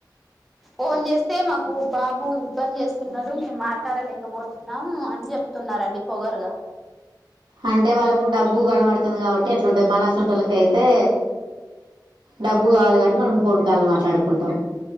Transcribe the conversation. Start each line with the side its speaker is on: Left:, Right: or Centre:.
Centre: ఫోన్ చేస్తే మాకు బాబు ఇబ్బంది చేస్తున్నాడు మే మా ట్లాడ లేకపోతున్నాం అని చెప్తున్నారండి పొగరుగా
Right: అంటే వాళ్ళకు డబ్బు కనబడుతుంది కాబట్టి అట్లుంటది మనసొంటోలకయితే డబ్బు కావాలి కాబట్టి మనం ఫోన్ కాల్ మాట్లాడుకుంటాం